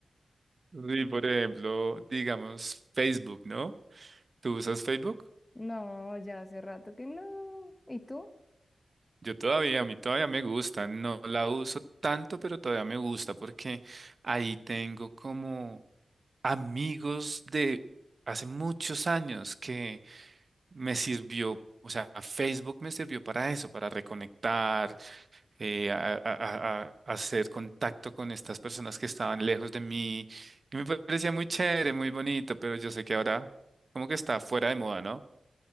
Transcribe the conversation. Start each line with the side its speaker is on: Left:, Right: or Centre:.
Right: Sí, por ejemplo, digamos Facebook, ¿no? ¿Tú usas Facebook?
Left: No, ya hace rato que no. ¿Y tú?
Right: Yo todavía, a mí todavía me gusta, no la uso tanto, pero todavía me gusta porque ahí tengo como amigos de hace muchos años que me sirvió, o sea, Facebook me sirvió para eso, para reconectar, eh, a, a- a- a- hacer contacto con estas personas que estaban lejos de mí. Y me parecía muy chévere, muy bonito, pero yo sé que ahora como que está fuera de moda, ¿no?